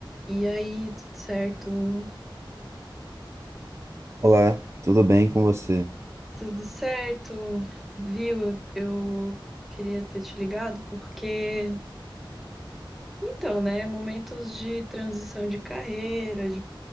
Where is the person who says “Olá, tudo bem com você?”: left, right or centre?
Right